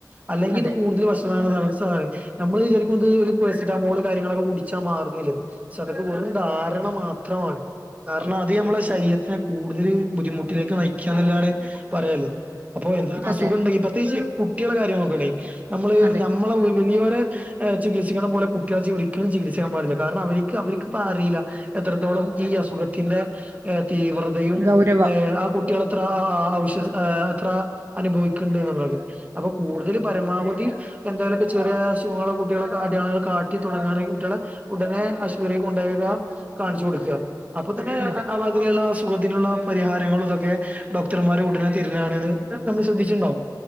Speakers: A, on the right; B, on the right.
A: അല്ലങ്കി
B: അതെ
A: ഇത് കൂടുതൽ വഷളാക്ണ സമയത്ത് സഹാ നമ്മൾ വിചാരിക്കും
B: ഉം
A: ഇത് ഒരു കൊസ് റ്റമോൾ കാര്യങ്ങളൊക്കെ കുടിച്ചാ മാറുന്നില്ലത് പക്ഷേ അതൊക്കെ വെറും ധാരണ. മാത്രം ത്രമാണ് കാരണം അത് നമ്മളുടെ ശരീരത്തിനെ കൂടുതൽ ബുദ്ധിമുട്ടിലേക്ക് നയിക്കുകന്നല്ലതാണ് പറയാല്ലേ അപ്പൊ എന്തൊക്കാ
B: അതെ
A: അ സുഖം ഉണ്ടെങ്കി പ്രത്യേകിച്ച് കുട്ടികളുടെ കാര്യം നോക്കണി നമ്മള്
B: അതെ
A: നമ്മളെ വി വലിയോരെ ചികിത്സിക്കുന്ന പോലെ കുട്ടികളെ ഒരിക്കലും ചികിത്സിക്കാൻ പാടില്ല കാരണം അവർക്ക് അവർക്കിപ്പോ അറീല എത്രത്തോളം ഈ അസുഖത്തിന്റെ ഏ തീവ്രതയും
B: ഗൗരവം
A: ഏ ആ കുട്ടികൾ അത്ര അവശ്യ ഏ അത്ര അനുഭവിക്ണ്ട്ന്നും അപ്പൊ കൂടുതല് പരമാവധി എന്തെലൊക്കെ ചെറിയ അസുഖങ്ങൾ കുട്ട്യേൾ അടയാളങ്ങൾ കാട്ടി തുടങ്ങാണ് കുട്ട്യേളെ ഉടനെ ആശുപത്രീക് കൊണ്ടെയാക്കുക കാണിച്ചു കൊടുക്കുക അപ്പൊ തന്നെ
B: അതെ
A: അതിനുള്ള അസ് സുഖത്തിനുള്ള പരിഹാരങ്ങളും ഇതൊക്കെ ഡോക്ടർമാര് ഉടനെ തിരുന്നാണെ ന്ന് നമ്മൾ ശ്രദ്ധിച്ചിട്ടുണ്ടാവും